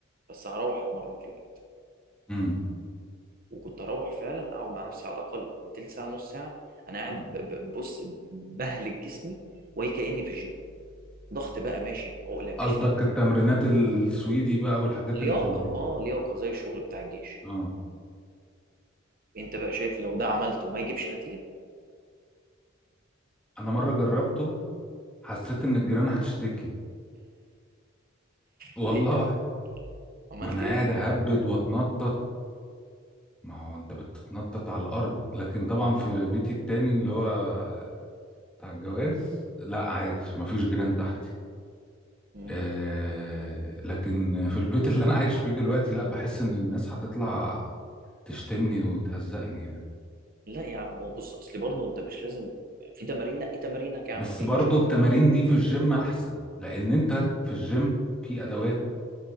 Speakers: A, on the right (about 45°); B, in the centre.
A: بس هروح اتمرن في البيت
B: امم
A: وكنت اروح فعلا اقعد مع نفسي على الاقل من تلت ساعه نص ساعه انا قاعد ب- ب- بص بهلك جسمي وهي كاني في الجيم ضغط بقى ماشي عقله ماشي
B: قصدك يعني التمرينات السويدي بقى والحاجات
A: لياقه
B: اللي في البيت
A: اه لياقه زي الشغل بتاع الجيش
B: اه
A: انت بقى شايف لو ده عملته ما يجيبش نتيجه
B: انا مره جربته حسيت ان الجيران هتشتكي والله
A: ليه يعني عملت
B: ما انا
A: ايه
B: قاعد اهبد واتنطط ما هو انت بتتنطط على الارض لكن طبعا في بيتي التاني اللي هو بتاع الجواز لا عادي ما فيش جيران تحتي
A: مم.
B: آه لكن في البيت اللي انا عايش فيه دلوقتي لا بحس ان الناس هتطلع تشتمني وتهزقني يعني
A: لا يا عم هو بص اصل برضه انت مش لازم في تمارين نقي تمارينك يا
B: بس
A: عم ايه
B: برضو
A: المشكله
B: التمارين دي في الجيم احسن لان انت في الجيم في ادوات